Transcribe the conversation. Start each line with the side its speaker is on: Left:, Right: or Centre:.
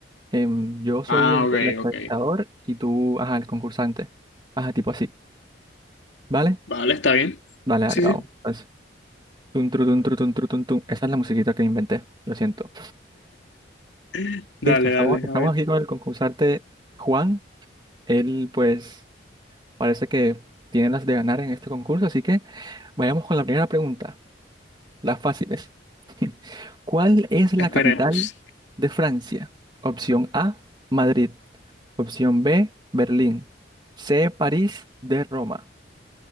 Right: Em, yo soy
Left: Ah,
Right: el,
Left: ok,
Right: el entrevistador
Left: ok.
Right: y tú, ajá, el concursante. Ajá, tipo así. ¿Vale?
Left: Vale, está bien.
Right: Vale, dale,
Left: Sí,
Right: vamos.
Left: sí.
Right: Entonces, tun, tru, tun, tru, tun, tru, tun, tun. Esa es la musiquita que inventé, lo siento.
Left: <laughs> Dale,
Right: Listo, estamos,
Left: dale,
Right: estamos
Left: a ver,
Right: aquí con el concursante Juan. Él, pues, parece que tiene las de ganar en este concurso, así que vayamos con la primera pregunta. Las fáciles. <laughs> ¿Cuál es la
Left: esperemos.
Right: capital de Francia? Opción A, Madrid. Opción B, Berlín. C, París D, Roma.